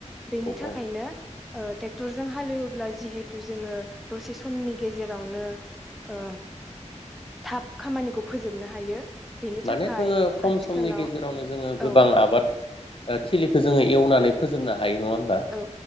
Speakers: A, in the centre; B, on the left.
A: बेनि थाखायनो
B: औ
A: ओ टेक्टरजों हालेवोब्ला जिहेथु जोङो दसे समनि गेजेरावनो ओ थाब खामानिखौ फोजोबनो हायो। बेनि
B: माने
A: थाखाय
B: जोङो खम
A: आथिखालाव
B: समनि गेजेरावनो जोङो गोबां
A: औ
B: आबाद ओ थिलिखौ जोङो एवनानै फोजोबना हायो नङा होमबा
A: औ